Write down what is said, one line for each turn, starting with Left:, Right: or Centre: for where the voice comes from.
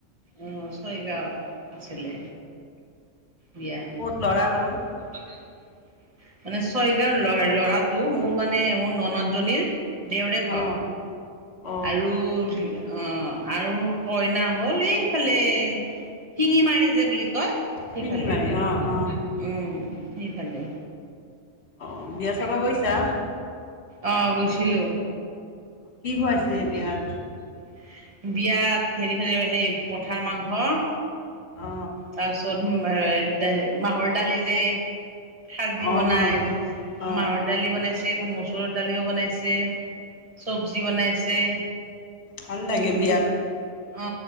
Right: অ', ছয়গাঁৱত আছিলে। বিয়া।
Left: ক'ত ল'ৰা কৰ?
Right: <unintelligible> মানে ছয়গাঁও ল ল'ৰাটো মোৰ মানে মোৰ ন ন জনীৰ দেওৰেক
Left: অ
Right: হয়
Left: অ
Right: আৰু অ আৰু কইনা হ'ল এইফালে শিঙি মাৰি যে বুলি কয়
Left: শিঙিমাৰী
Right: সিফালে। উম,
Left: অ অ
Right: সিফালে।
Left: অ বিয়া চাবা গৈছা?
Right: অহ গৈছিলো।
Left: কি খুৱাইছে
Right: উ
Left: বিয়াত
Right: বিয়াত হেৰি হৰে সেই পথাৰ মাংস
Left: অ
Right: তাৰপিছত <unintelligible> মাহৰ দালি যে খাৰ দি
Left: অ
Right: বনাই,
Left: মাহৰ দালি অ
Right: মাহৰ দালি বনাইছে, এখন মচুৰৰ দালিও বনাইছে। চব্জি বনাইছে।
Left: ভাল লাগে বিয়াত
Right: অ